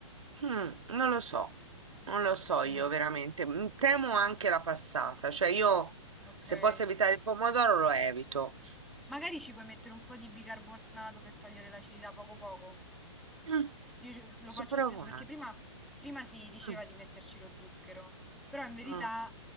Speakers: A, on the right; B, in the centre.
A: Hmm, non lo so, non lo so
B: Mh,
A: io veramente. Mm, Temo anche la passata, cioè io
B: okay.
A: se posso evitare il pomodoro lo evito.
B: Magari ci puoi mettere un po' di bicarbonato per togliere l'acidità poco poco.
A: Mm,
B: Io ce- lo
A: Posso
B: faccio
A: provare?
B: spesso perché prima, prima si diceva
A: Mm,
B: di metterci lo zucchero, però in verità
A: mm,